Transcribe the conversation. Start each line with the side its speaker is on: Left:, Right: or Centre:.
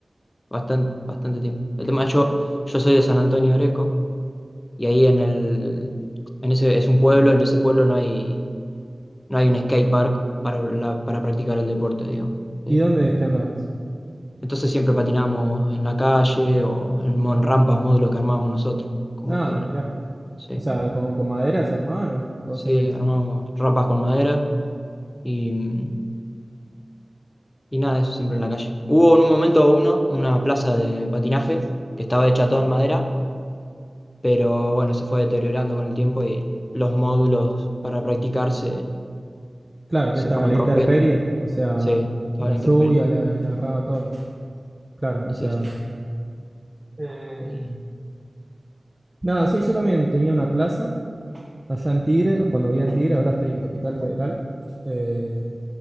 Left: bastante, bastante tiempo. El tema, yo, yo soy de San Antonio de Areco y ahí en el, en ese, es un pueblo, en ese pueblo no hay, no hay un skate park para, la- para practicar el deporte, digamos. Eh,
Right: ¿Y dónde es que andabas?
Left: entonces siempre patinamos en la calle o en, mon- rampas, módulos que armábamos nosotros. Como
Right: Ah,
Left: que, el-
Right: mirá,
Left: sí,
Right: o sea, con, con maderas, hermano, con
Left: sí,
Right: cemento.
Left: armábamos rampas con madera y, y nada, eso siempre en la calle. Hubo en un momento uno, una plaza de patinaje que estaba hecha toda en madera pero bueno, se fue deteriorando con el tiempo y los módulos para practicar se,
Right: Claro,
Left: se
Right: que estaba
Left: fueron
Right: la intemperie,
Left: rompiendo.
Right: o sea,
Left: Sí, estaba
Right: la
Left: la
Right: lluvia,
Left: intemperie.
Right: la, la agarraba todo. Claro,
Left: Sí,
Right: o sea...
Left: sí.
Right: eh,
Left: Y-
Right: Nada, sí, yo también tenía una plaza allá en Tigre, cuando vivía en Tigre, ahora estoy en Capital Federal, eh,